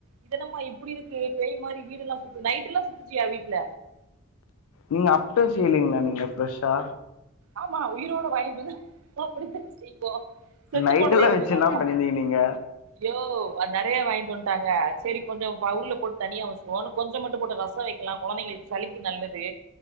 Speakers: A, on the right; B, on the left.
A: இதென்னமா இப்டி இருக்கு பேய் மாரி வீடு எல்லா சுத்துது நைட் எல்லா சுத்துச்சு எ வீட்ல
B: நீங்க அப்பே செய்யலீங்ளா நீங்க ஃப்ரெஷ்ஷா
A: ஆமா உயிரோட வாங்கிட்டு வந்தா அப்டித்தா செய்வோ செத்து
B: நைட்டெல்லா
A: போனதயா
B: வச்சு
A: செய்வாங்க
B: என்னா பண்ணிருந்தீங்க நீங்க
A: யோ நெறயா வாங்கிட்டு வந்ட்டாங்க சரி கொஞ்சோ பௌல்ல போட்டு தனியா வெச்சிருவோ கொஞ்சம் மட்டு போட்டு ரசோ வெக்கலா கொழந்தைகளுக்கு சளிக்கு நல்லது